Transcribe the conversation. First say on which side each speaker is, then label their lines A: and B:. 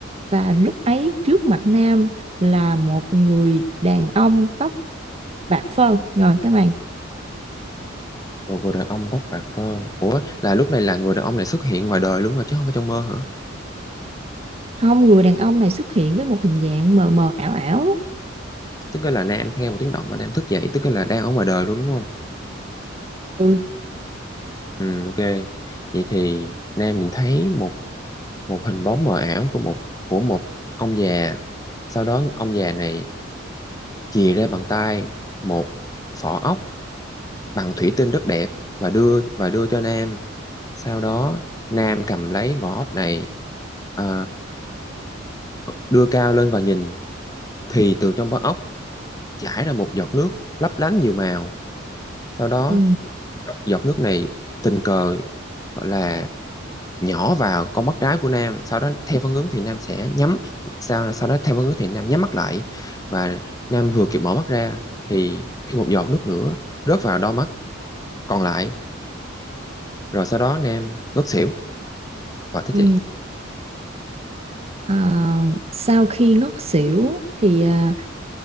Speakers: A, on the right; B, on the left.
A: và lúc ấy trước mặt Nam là một người đàn ông tóc bạc phơ rồi tới mày
B: Một người đàn ông tóc bạc phơ. Ủa là lúc này là người đàn ông này xuất hiện ngoài đời luôn rồi chứ không phải trong mơ hả?
A: không người đàn ông này xuất hiện với một hình dạng mờ mờ ảo ảo
B: Tức là Nam nghe một tiếng động và Nam thức dậy tức là đang ở ngoài đời luôn đúng không?
A: ừ
B: Ừ ok. Vậy thì Nam nhìn thấy một một hình bóng mờ ảo của một của một ông già. Sau đó ông già này chìa ra bằng tay một vỏ ốc bằng thủy tinh rất đẹp và đưa và đưa cho Nam. Sau đó Nam cầm lấy vỏ ốc này uh, đưa cao lên và nhìn thì từ trong vỏ ốc chảy ra một giọt nước lấp lánh nhiều màu sau đó
A: ừ
B: giọt nước này tình cờ gọi là nhỏ vào con mắt trái của Nam sau đó theo phản ứng thì Nam sẽ nhắm sau sau đó theo phản ứng thì Nam nhắm mắt lại và Nam vừa kịp mở mắt ra thì thêm một giọt nước nữa rớt vào đôi mắt còn lại rồi sau đó Nam ngất xỉu rồi thế
A: ừ
B: chị
A: Ờ, sau khi ngất xỉu thì à,